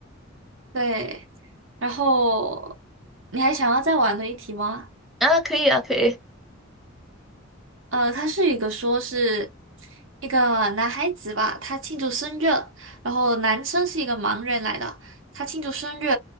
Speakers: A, on the right (about 70°); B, in the centre.
A: 对，然后你还想要再玩的一题吗？
B: <laughs> 啊，可以啊，可以。
A: 呃，它是一个说是一个男孩子吧，他庆祝生日，然后男生是一个盲人来的，他庆祝生日，